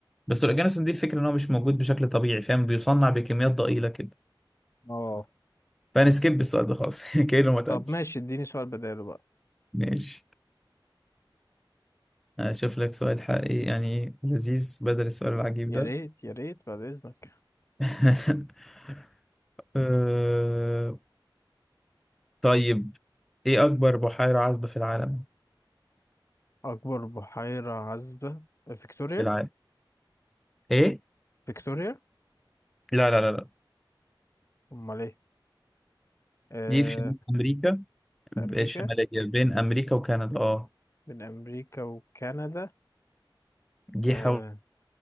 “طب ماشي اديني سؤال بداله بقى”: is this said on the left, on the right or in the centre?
Left